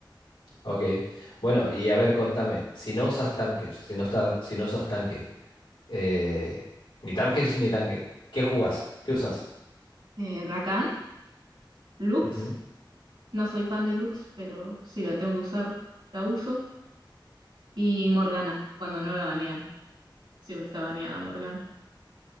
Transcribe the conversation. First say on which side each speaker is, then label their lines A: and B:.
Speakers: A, on the left; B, on the right.
A: Ok. Bueno, y a ver, contame, si no usas Tamkech, si no estás, si no usas tanque, eh, ni Tamkech ni tanque, ¿qué jugás? ¿Qué usas?
B: Eh, Rakan, Lux.
A: Ujú.
B: No soy fan de Lux, pero si la tengo que usar, la uso. Y Morgana, cuando no la banean. Siempre está baneada Morgana.